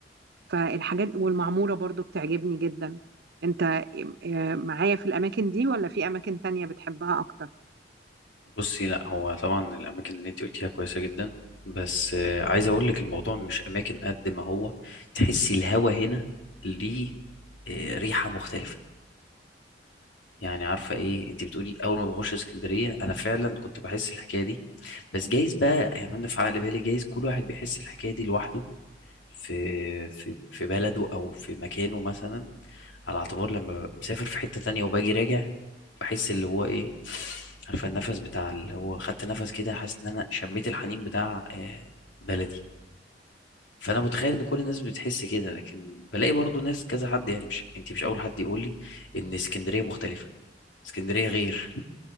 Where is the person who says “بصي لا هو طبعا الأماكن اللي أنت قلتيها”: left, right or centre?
Left